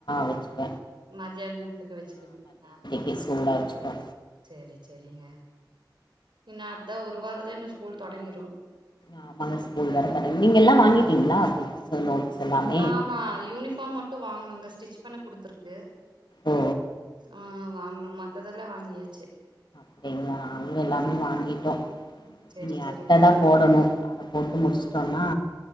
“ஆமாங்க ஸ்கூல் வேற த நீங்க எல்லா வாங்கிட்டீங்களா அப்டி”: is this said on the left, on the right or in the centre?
Left